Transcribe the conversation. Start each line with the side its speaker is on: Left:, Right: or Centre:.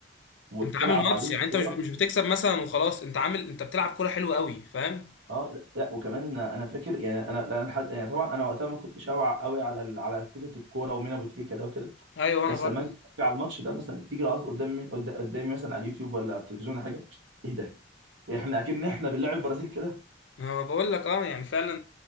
Right: وبتلعب
Left: انت عامل ماتش
Right: عليهم
Left: يعني
Right: كوره
Left: انت مش مش بتكسب مثلا وخلاص انت عامل انت بتلعب كوره حلوه قوي فاهم
Right: اه لا لا، وكمان ان انا فاكر يعني انا لا، أنا لحد- يعني طبعا انا وقتها ما كنتش اوعى قوي على ال- على فكره الكوره ومين ابو تريكه ده وكده
Left: ايوه انا
Right: بس
Left: برضه
Right: لما اجي أتفرج على الماتش ده مثلا تيجي العظ قدامي قد- قدامي مثلا على اليوتيوب ولا على التلفزيون ولا حاجه ايه ده احنا اكن احنا بنلعب البرازيل كده
Left: انا بقول لك اه يعني فعلا